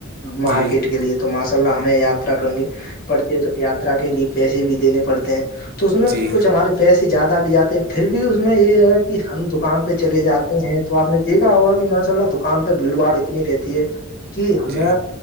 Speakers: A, on the left; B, on the right.
A: مارکیٹ
B: جی جی
A: کے لیے تو ماشاء اللہ ہمیں یاترا کرنی پڑتی ہے تو یاترا کے لیے پیسے بھی دینے پڑتے ہیں تو اس میں
B: جی
A: کچھ ہمارے کیسے زیادہ بھی جاتے ہیں پھر بھی اس میں یہ ہے کہ ہم دکان پہ چلے جاتے ہیں تو آپ نے یہیکھا ہوگا کہ ماشاء اللہ دکان پہ بھیڑ باڑ اتنی رہتی ہے کہ ہمیں
B: جی